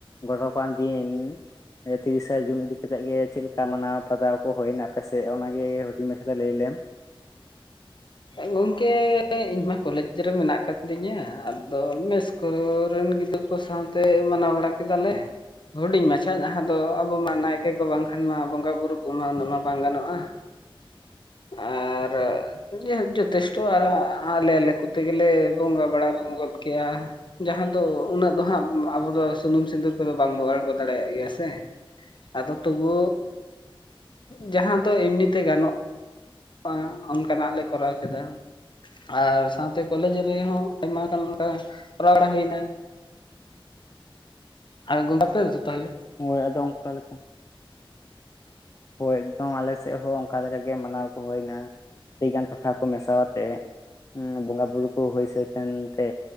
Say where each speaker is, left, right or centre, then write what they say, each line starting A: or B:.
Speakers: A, on the left; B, on the left.
A: ᱜᱚᱨᱚᱯᱟᱱ ᱫᱤᱱ᱾ ᱮ ᱛᱤᱨᱤᱥᱟ ᱡᱩᱱ ᱤᱫᱤ ᱠᱟᱛᱮᱜ ᱜᱮ ᱪᱮᱫ ᱞᱮᱠᱟ ᱢᱟᱱᱟᱣ ᱯᱟᱛᱟᱣ ᱠᱚ ᱦᱩᱭᱮᱱᱟ ᱯᱮᱥᱮ ᱚᱱᱟᱜᱮ ᱦᱩᱰᱤᱧ ᱢᱟ ᱞᱟᱹᱭ ᱞᱮᱢ᱾
B: ᱜᱚᱢᱠᱮ ᱤᱧᱢᱟ ᱠᱚᱞᱮᱡᱽ ᱨᱮ ᱢᱮᱱᱟᱜ ᱟᱠᱟᱫ ᱛᱤᱧᱟᱹ ᱟᱫᱚ ᱢᱮᱥ ᱠᱚ ᱨᱮᱱ ᱜᱤᱫᱽᱨᱟᱹ ᱠᱚ ᱥᱟᱶᱛᱮ ᱢᱟᱱᱟᱣ ᱵᱟᱲᱟ ᱠᱮᱫᱟᱞᱮ᱾ ᱦᱩᱰᱤᱧ ᱢᱟᱪᱷᱟ ᱡᱟᱦᱟᱸ ᱫᱚ ᱟᱵᱚ ᱢᱟ ᱱᱟᱭᱠᱮ ᱠᱚ ᱵᱟᱝᱠᱷᱟᱱ ᱢᱟ ᱵᱚᱸᱜᱟ ᱵᱩᱨᱩ ᱠᱚᱢᱟ ᱩᱱᱟᱹᱜ ᱢᱟ ᱵᱟᱝ ᱜᱟᱱᱚᱜᱼᱟ᱾ ᱟᱨ ᱡᱮ ᱡᱚᱛᱷᱮᱥᱴᱚ ᱟᱨ ᱟ ᱟᱞᱮ ᱟᱞᱮ ᱠᱚᱛᱮ ᱜᱮᱞᱮ ᱵᱚᱸᱜᱟ ᱵᱟᱲᱟ ᱜᱚᱫ ᱠᱮᱜ ᱟ᱾ ᱡᱟᱦᱟᱸ ᱫᱚ ᱩᱱᱟᱹᱜ ᱫᱚᱦᱟᱸᱜ ᱟᱵᱚ ᱫᱚ ᱥᱩᱱᱩᱢ ᱥᱤᱫᱩᱨ ᱠᱚᱫᱚ ᱵᱟᱝᱵᱚ ᱟᱬᱜᱚ ᱫᱟᱲᱮᱭᱟᱜ ᱜᱮᱭᱟ ᱥᱮ᱾ ᱟᱫᱚ ᱛᱚᱵᱩ ᱡᱟᱦᱟᱸ ᱫᱚ ᱮᱢᱱᱤ ᱛᱮ ᱜᱟᱱᱚᱜ ᱟ ᱚᱱᱠᱟᱱᱟᱜ ᱞᱮ ᱠᱚᱨᱟᱣ ᱠᱮᱫᱟ᱾ ᱟᱨ ᱥᱟᱶᱛᱮ ᱠᱚᱞᱮᱡᱽ ᱨᱮᱦᱚᱸ ᱟᱭᱢᱟ ᱜᱟᱱ ᱚᱱᱠᱟ ᱠᱚᱨᱟᱣ ᱵᱟᱲᱟ ᱦᱩᱭ ᱮᱱᱟ᱾ ᱟᱨ ᱜᱚᱢᱠᱮ ᱟᱯᱮ ᱫᱚ ᱛᱟᱦᱞᱮ᱾
A: ᱦᱳᱭ ᱟᱫᱚ ᱚᱱᱠᱟ ᱞᱮᱠᱟ ᱦᱳᱭ ᱮᱠᱫᱚᱢ ᱟᱞᱮ ᱥᱮᱫ ᱦᱚᱸ ᱚᱱᱠᱟ ᱞᱮᱠᱟ ᱜᱮ ᱢᱟᱱᱟᱣ ᱠᱚ ᱦᱩᱭ ᱮᱱᱟ᱾ ᱟᱹᱰᱤᱜᱟᱱ ᱴᱚᱴᱷᱟ ᱠᱚ ᱢᱮᱥᱟ ᱟᱛᱮᱫ ᱚᱸ ᱵᱚᱸᱜᱟ ᱵᱩᱨᱩ ᱠᱚ ᱦᱩᱭ ᱥᱟᱹᱛ ᱮᱱ ᱛᱮ